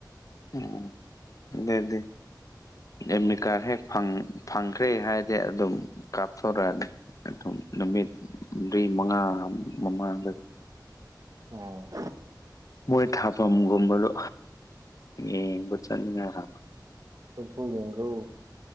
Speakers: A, on the left; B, on the right.
A: ꯎ ꯑꯗ ꯑꯗꯨ ꯑꯦꯝꯃꯤ ꯀꯥꯔ ꯍꯦꯛ ꯐꯪꯈ꯭ꯔꯦ ꯍꯥꯏꯔꯗꯤ ꯑꯗꯨꯝ ꯀꯥꯞꯊꯣꯔꯛꯑꯅꯤ ꯑꯗꯨꯝ ꯅꯨꯃꯤꯠ ꯃꯔꯤ ꯃꯉꯥ ꯃꯃꯥꯡ
B: ꯎꯝ
A: ꯃꯣꯏ ꯊꯥꯐꯝꯒꯨꯝꯕꯗꯣ ꯌꯦꯡꯕ ꯆꯠꯅꯤꯡꯉꯥꯏ ꯑꯃ
B: ꯐꯣ ꯌꯦꯡꯒꯣ